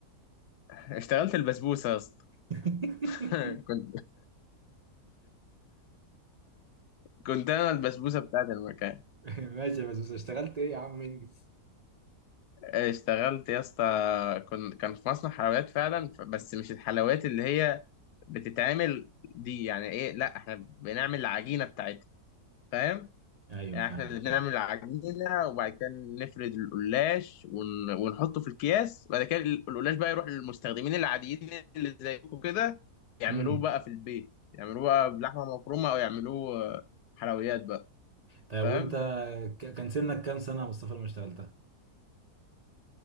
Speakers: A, on the left; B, on the right.
A: اشتغلت البسبوسة يا اسطى
B: <laughs>
A: <laughs> كنت كنت أنا البسبوسة بتاعت المكان
B: ماشي بس بس اشتغلت إيه يا عم إنجز؟
A: اشتغلت يا اسطى كنت كان في مصنع حلويات فعلا ف- بس مش الحلويات اللي هي بتتعمل دي يعني ايه لا احنا بنعمل العجينة بتاعتها فاهم
B: أيوه
A: يعني
B: فاهمك
A: احنا اللي
B: فاهم
A: بنعمل العجينة وبعد كده نفرد القلاش ون... ونحطه في الأكياس بعد كده ال- القلاش بقى يروح للمستخدمين العاديين اللي زيكم كده يعملوه
B: امم
A: بقى في البيت يعملوه بقى بلحمة مفرومة او يعملوه آه، حلويات بقى
B: طيب
A: فاهم
B: وأنت ك- كان سنك كام سنة يا مصطفى لما اشتغلتها؟